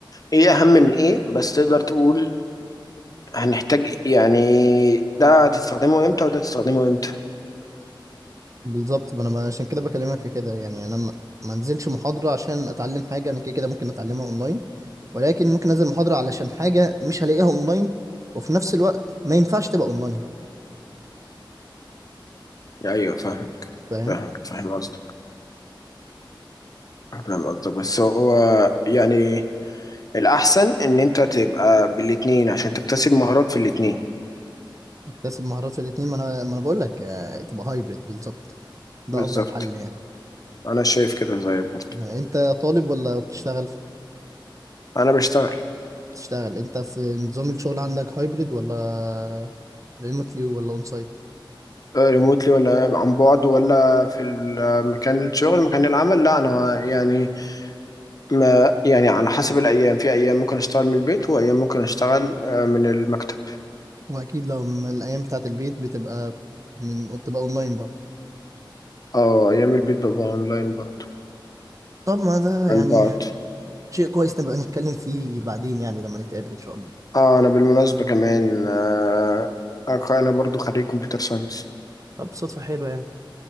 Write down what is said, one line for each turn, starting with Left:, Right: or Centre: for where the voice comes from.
Left: ايه اهم من ايه بس تقدر تقول هنحتاج يعني ده هتستخدمه امتى وده هتستخدمه امتى
Right: بالظبط ما انا ما- عشان كده بكلمك في كده يعني انا ما ما انزلش محاضره عشان اتعلم حاجه انا كده كده ممكن اتعلمها اونلاين ولكن ممكن انزل محاضره علشان حاجه مش هلاقيها اونلاين وفي نفس الوقت ما ينفعش تبقى اونلاين
Left: ايوه فاهمك
Right: فاهم
Left: فاهمك فاهم قصدك فاهم قصدك بس هو يعني الأحسن إن أنت تبقى بالاتنين عشان تكتسب مهارات في الاتنين
Right: اكتسب مهارات في الاثنين ما انا ما انا بقول لك آه، تبقى هايبريد بالظبط ده
Left: بالظبط
Right: افضل حل يعني
Left: انا شايف كده زيك برضه
Right: آه، انت طالب ولا بتشتغل
Left: انا بشتغل
Right: بتشتغل انت في نظام الشغل عندك هايبريد ولا ريموتلي ولا اون سايت
Left: ريموتلي ولا عن بعد ولا في ال- مكان الشغل مكان العمل لا انا يعني ما يعني على حسب الايام في ايام ممكن اشتغل من البيت وايام ممكن اشتغل آه، من المكتب
Right: واكيد لو من الايام بتاعه البيت بتبقى من بتبقى اونلاين برضه
Left: اه ايام البيت ببقى اونلاين برضه
Right: طب ما ده يعني
Left: عن بعد
Right: شيء كويس نبقى نتكلم فيه بعدين يعني لما نتقابل ان شاء الله
Left: اه انا بالمناسبة كمان آه انا برضه خريج كمبيوتر ساينس
Right: طب صدفة حلوة يعني